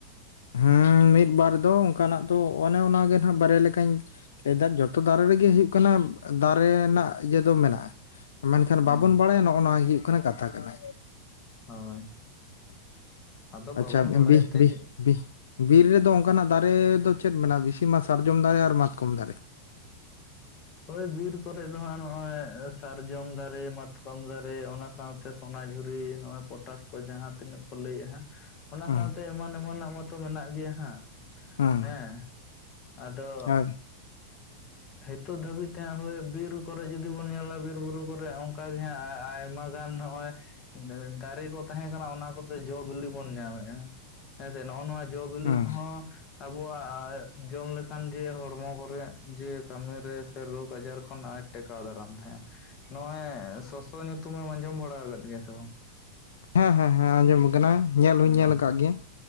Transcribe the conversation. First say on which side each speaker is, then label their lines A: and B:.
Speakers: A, on the left; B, on the left.
A: ᱦᱮᱸ ᱢᱤᱫ ᱵᱟᱨ ᱫᱚ ᱚᱱᱠᱟᱱᱟᱜ ᱛᱚ ᱚᱱᱮ ᱚᱱᱟᱜᱮ ᱱᱟᱜ ᱵᱟᱨᱭᱟ ᱞᱮᱠᱟᱧ ᱮᱫᱟᱜ ᱡᱚᱛᱚ ᱫᱟᱨᱮ ᱨᱮᱜᱮ ᱦᱩᱭᱩᱜ ᱠᱟᱱᱟ ᱫᱟᱨᱮ ᱨᱮᱱᱟᱜ ᱤᱭᱟᱹ ᱫᱚ ᱢᱮᱱᱟᱜᱼᱟ ᱢᱮᱱᱠᱷᱟᱱ
B: ᱦᱩᱸ
A: ᱵᱟᱵᱚᱱ ᱵᱟᱲᱟᱭᱟ ᱱᱚᱜᱼᱚ ᱱᱚᱣᱟ ᱦᱩᱭᱩᱜ ᱠᱟᱱᱟ ᱠᱟᱛᱷᱟ ᱠᱟᱱᱟ᱾
B: ᱦᱳᱭ ᱟᱫᱚ ᱵᱟᱵᱚᱱ
A: ᱟᱪᱪᱷᱟ
B: ᱵᱟᱲᱟᱭᱮᱫ
A: ᱵᱤ
B: ᱛᱮ
A: ᱵᱤ ᱵᱤᱨ ᱨᱮᱫᱚ ᱚᱱᱠᱟᱱᱟᱜ ᱫᱟᱨᱮ ᱫᱚ ᱪᱮᱫ ᱢᱮᱱᱟᱜᱼᱟ ᱵᱤᱥᱤ ᱢᱟ ᱥᱟᱨᱡᱚᱢ ᱫᱟᱨᱮ ᱟᱨ ᱢᱟᱛᱠᱚᱢ ᱫᱟᱨᱮ
B: ᱦᱳᱭ ᱵᱤᱨ ᱠᱚᱨᱮ ᱫᱚ ᱦᱟᱸᱜ ᱱᱚᱜᱼᱚᱭ ᱥᱟᱨᱡᱚᱢ ᱫᱟᱨᱮ ᱢᱟᱛᱠᱚᱢ ᱫᱟᱨᱮ ᱚᱱᱟ ᱥᱟᱶᱛᱮ ᱥᱚᱱᱟᱡᱷᱩᱨᱤ ᱱᱚᱜᱼᱚᱭ ᱯᱚᱴᱟᱥ ᱠᱚ ᱡᱟᱦᱟᱸ ᱛᱤᱱᱟᱹᱜ ᱠᱚ ᱞᱟᱹᱭᱮᱫ ᱦᱟᱜ ᱚᱱᱟ
A: ᱦᱩᱸ
B: ᱥᱟᱶᱛᱮ ᱮᱢᱟᱱ ᱮᱢᱟᱱᱟᱜ ᱢᱟᱛᱚ ᱢᱮᱱᱟᱜ ᱜᱮᱭᱟ ᱦᱟᱸᱜ
A: ᱦᱩᱸ
B: ᱦᱮᱸ ᱟᱫᱚ
A: ᱦᱮᱸ
B: ᱱᱤᱛᱚᱜ ᱫᱷᱟᱹᱵᱤᱡ ᱛᱮ ᱦᱳᱭ ᱵᱤᱨ ᱠᱚᱨᱮ ᱡᱩᱫᱤ ᱵᱚᱱ ᱧᱮᱞᱟ ᱵᱤᱨ ᱵᱩᱨᱩ ᱠᱚᱨᱮ ᱚᱱᱠᱟᱟᱜ ᱜᱮ ᱦᱟᱸᱜ ᱟᱭᱢᱟ ᱜᱟᱱ ᱱᱚᱜᱼᱚᱭ ᱫᱟᱨᱮ ᱠᱚ ᱛᱟᱦᱮᱸ ᱠᱟᱱᱟ ᱚᱱᱟ ᱠᱚᱛᱮ ᱡᱚ ᱵᱤᱞᱤ ᱵᱚᱱ ᱧᱟᱢᱮᱫᱼᱟ᱾ ᱦᱮᱸ ᱥᱮ ᱱᱚᱜᱼᱚ ᱱᱚᱣᱟ ᱡᱚᱼ ᱵᱤᱞᱤ
A: ᱦᱮᱸ
B: ᱠᱚᱦᱚᱸ ᱟᱵᱚᱣᱟᱜ ᱡᱚᱢ ᱞᱮᱠᱷᱟᱱ ᱡᱮ ᱦᱚᱲᱢᱚ ᱠᱚᱨᱮ ᱡᱮ ᱠᱟᱹᱢᱤ ᱥᱮ ᱨᱳᱜᱽ ᱟᱡᱟᱨ ᱠᱷᱚᱱᱴ ᱴᱮᱠᱟᱣ ᱫᱟᱨᱟᱢ ᱛᱟᱦᱮᱸᱜ ᱱᱚᱜᱼᱚᱭ ᱥᱚᱥᱚ ᱧᱩᱛᱩᱢᱮᱢ ᱟᱸᱡᱚᱢ ᱵᱟᱲᱟ ᱟᱠᱟᱫ ᱜᱮᱭᱟ ᱥᱮ ᱵᱟᱝ?
A: ᱦᱮᱸ ᱦᱮᱸ ᱦᱮᱸ ᱟᱸᱡᱚᱢ ᱟᱠᱟᱱᱟ ᱧᱮᱞ ᱦᱚᱧ
B: ᱦᱮᱸ
A: ᱧᱮᱞ ᱟᱠᱟᱫ ᱜᱮᱭᱟ᱾